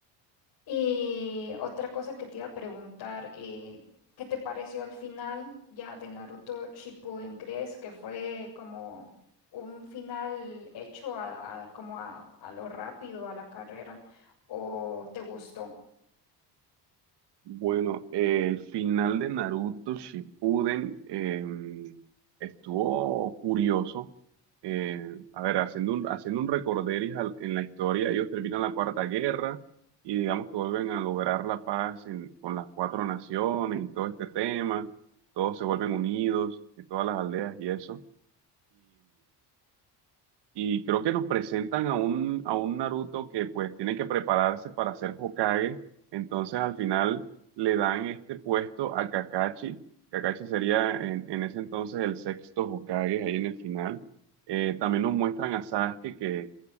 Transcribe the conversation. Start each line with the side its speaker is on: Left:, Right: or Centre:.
Left: Y otra cosa que te iba a preguntar, eh, ¿qué te pareció al final ya de Naruto Shippuden? ¿Crees que fue como un final hecho a, a- como a, a lo rápido, a la carrera, o te gustó?
Right: Bueno, eh, el final de Naruto Shippuden eh, estuvo curioso. Eh, a ver, haciendo un, haciendo un recorderis al- en la historia, ellos terminan la Cuarta Guerra y digamos que vuelven a lograr la paz en- con las cuatro naciones y todo este tema. Todos se vuelven unidos, de todas las aldeas y eso. Y creo que nos presentan a un, a un Naruto que pues tiene que prepararse para ser Hokage. Entonces al final le dan este puesto a Kakashi. Kakashi sería en, en ese entonces el sexto Hokage ahí en el final. Eh, también nos muestran a Sasuke que,